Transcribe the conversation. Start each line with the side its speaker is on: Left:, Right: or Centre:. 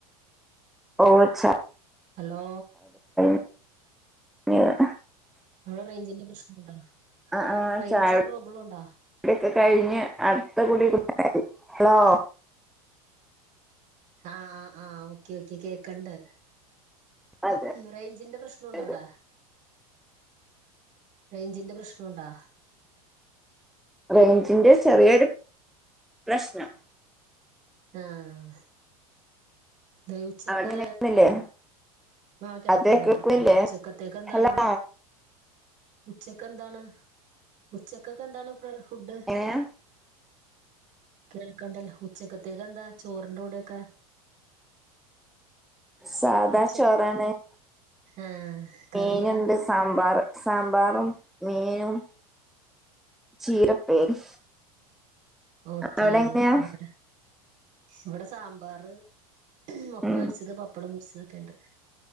Centre: ഓ ച്ച
Right: ഹലോ
Centre: <unintelligible>
Right: വിടെ റേഞ്ചിന്റെ പ്രശ്നണ്ടോ
Centre: ആ ആ
Right: റേഞ്ച്
Centre: ചായകുടിക്കെ
Right: പ്രോബ്ലം ഉണ്ടോ
Centre: കഴിഞ്ഞ് അടുത്ത കുടി കുടി ഹലോ
Right: ആ ആ ആഹ് ഓക്കെ ഓക്കെ കേക്കണ്ട്
Centre: അതെ
Right: റേഞ്ചിന്റെ പ്രശ്നണ്ടോ
Centre: അതെ
Right: അവിടെ റേഞ്ചിന്റെ പ്രശ്നണ്ടാ
Centre: റേഞ്ചിന്റെ ചെറിയൊരു പ്രശ്നം
Right: ആഹ ദയചക്ക്
Centre: അവിടെ എങ്ങനെയാന്നില്ലേ
Right: ആ കേൾക്കണ്ട്
Centre: അതെ കേൾക്കുന്നില്ലേ
Right: കേൾക്കണ്ട് ഉച്ചക്കത്തേക്ക് എന്താണ്
Centre: ഹലോ
Right: ഉച്ചക്ക് എന്താണ് ഉച്ചക്കൊക്കെ എന്താണ് ഫുഡ്
Centre: എങ്ങനെയാ
Right: കേൾക്കണ്ടല്ലോ ഉ ച്ചക്കത്തേക്ക്‌ എന്താ ചോർ ർ ന്റെ കൂടോക്കെ
Centre: സാധാ
Right: ഉച്ച
Centre: ചോറ് <unintelligible>
Right: ആഹ് കറിയാ
Centre: മീൻ ഉണ്ട് സാമ്പാറ് സാമ്പാറും മീനും ചീരപ്പേരി
Right: ഓക്കേ.
Centre: അവിടെ എങ്ങനെയാ
Right: അവിടെ ഇവിടെ സാമ്പാറ് മുട്ട
Centre: ഉം
Right: പൊരിച്ചത് പപ്പടം <unintelligible> ക്കേണ്ട്